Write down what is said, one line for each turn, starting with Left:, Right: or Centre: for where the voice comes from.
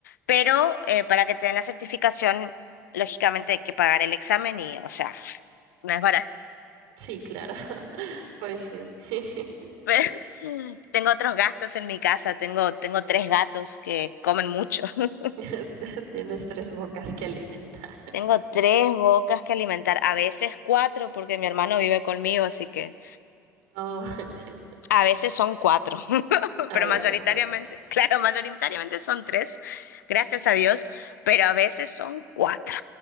Left: Pero eh, para que te den la certificación, lógicamente hay que pagar el examen y, o sea, <laughs> no es barato.
Right: Sí, claro, <laughs> pues sí. <laughs>
Left: <laughs> Pero tengo otros gastos en mi casa, tengo, tengo tres gatos que comen mucho. <laughs>
Right: <laughs> Tienes tres bocas que alimentar.
Left: Tengo tres bocas que alimentar, a veces cuatro, porque mi hermano vive conmigo, así que
Right: Oh, <laughs> entiendo.
Left: a veces son cuatro.
Right: A
Left: pero
Right: veces
Left: mayoritariamente,
Right: cuatro.
Left: <laughs> claro, mayoritariamente son tres, gracias a Dios, pero a veces son cuatro.